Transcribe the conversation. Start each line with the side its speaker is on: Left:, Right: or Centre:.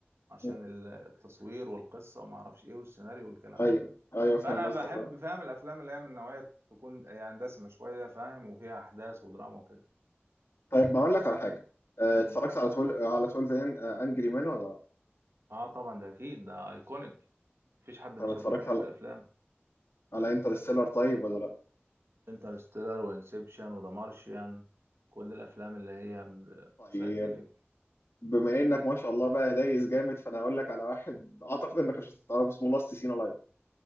Right: عشان
Left: مم.
Right: ال- التصوير والقصة وما أعرفش إيه والسيناريو والكلام
Left: ايوه
Right: ده
Left: ايوه فاهم
Right: فأنا
Left: قصدك
Right: بحب
Left: اه.
Right: فاهم الأفلام اللي هي من نوعية تكون يعني دسمة شوية فاهم وفيها أحداث ودراما وكده
Left: طيب ما اقول لك على حاجة اه،
Right: مم.
Left: اتفرجت على 12 على 12 انجري مان ولا لا؟
Right: آه طبعا ده أكيد ده أيكونيك مفيش حد
Left: طب
Right: ما شافوش
Left: اتفرجت
Right: بيحب
Left: على
Right: الأفلام
Left: على انترستيلر طيب ولا لا
Right: انترستيلر وانسبشن وذا مارشيان كل الافلام اللي هي
Left: طيب
Right: ساينتفك
Left: بما انك ما شاء الله بقى دايس جامد فانا اقول لك على واحد اعتقد انك مش هتعرفه اسمه لاست سينا لايف